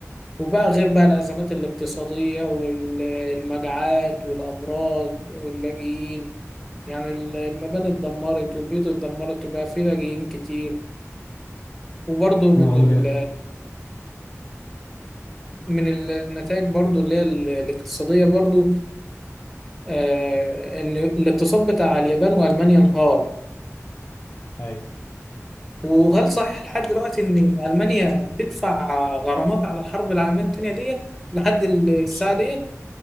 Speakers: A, in the centre; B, on the left (about 35°).
A: وبقى غير بقى الأزمات الاقتصادية والمجاعات والأمراض واللاجئين يعني ال- المباني اتدمرت والبيوت اتدمرت وبقى فيه لاجئين كتير وبرضه
B: فمعقول
A: من ال
B: ال-
A: من ال- النتائج برضه اللي هي ال- الاقتصادية برضه آه إن الاقتصاد بتاع اليابان وألمانيا انهار
B: أيوة،
A: وهل صحيح لحد دلوقتي إن ألمانيا بتدفع غرامات على الحرب العالمية التانية ديت لحد ال- الساعة
B: مش
A: ديت؟